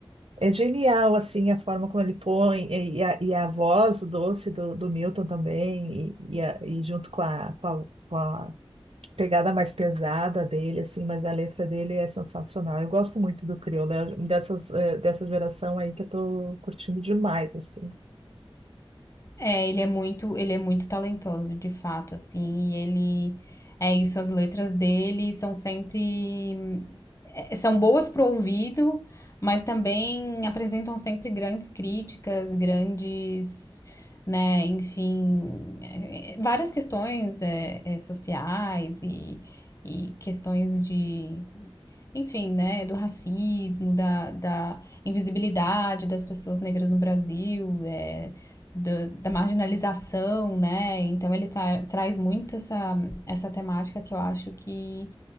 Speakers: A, on the right; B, on the left.
A: É genial, assim, a forma como ele põe, e, e a, e a voz doce do, do Milton também, e, e, a- e junto com a, com a, com a pegada mais pesada dele, assim, mas a letra dele é sensacional. Eu gosto muito do Criolo, é um dessas, eh, dessa geração aí que eu tô curtindo demais, assim,
B: É, ele é muito, ele é muito talentoso, de fato, assim, e ele é isso, as letras dele são sempre é, são boas para o ouvido, mas também apresentam sempre grandes críticas, grandes, né, enfim, é, é, várias questões é, é, sociais e, e questões de, enfim, né, do racismo, da, da invisibilidade das pessoas negras no Brasil, é, da, da marginalização, né? Então ele tra- traz muito essa, essa temática que eu acho que,